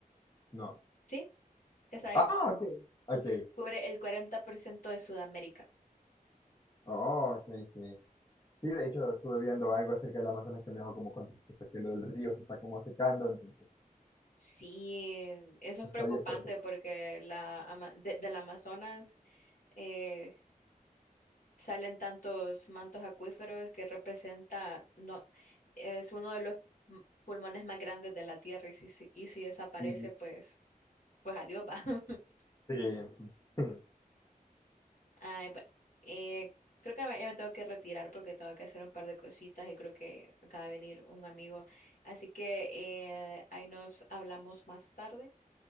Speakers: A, on the left; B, on the left.
A: No.
B: Sí, esa
A: Ah,
B: es.
A: ok. Ok.
B: Cubre el 40% de Sudamérica.
A: Oh, ok, sí. Sí, de hecho, estuve viendo algo acerca del Amazonas que me dejó como con tristeza, que lo del río se está como secando, entonces
B: Sí, eso es
A: está
B: preocupante
A: bien perfecto.
B: porque la, ama- de- del Amazonas eh, salen tantos mantos acuíferos que representa, no, es uno de los m- pulmones más grandes de la Tierra y si, si- y si desaparece,
A: Sí,
B: pues, pues adiós va. <laughs>
A: sí. <clears throat> <laughs>
B: Ay, bueno, eh, creo que ya me tengo que retirar porque tengo que hacer un par de cositas y creo que acaba de venir un amigo. Así que eh, ahí nos hablamos más tarde.